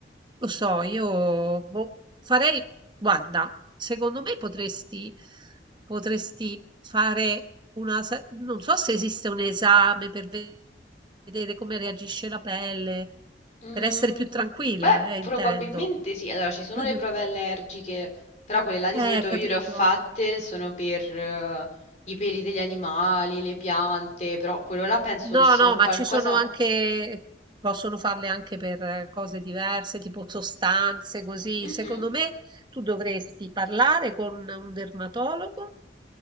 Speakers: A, on the right; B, on the left.
A: Lo so, io boh, farei, guarda, secondo me potresti, potresti fare una, se- non so se esiste un esame per vedere vedere come reagisce la pelle,
B: Mm,
A: per essere più tranquilla,
B: beh,
A: eh,
B: probabilmente
A: intendo.
B: sì. Allora, ci sono
A: <laughs>
B: le prove allergiche, però quelle là di
A: Eh,
B: solito
A: capito?
B: io le ho fatte, sono per eh, i peli degli animali, le piante, però quello là penso
A: No,
B: che sia
A: no,
B: un
A: ma
B: qualcosa...
A: ci sono anche, possono farle anche per eh, cose diverse, tipo sostanze, così.
B: Mhm.
A: Secondo me tu dovresti parlare con un dermatologo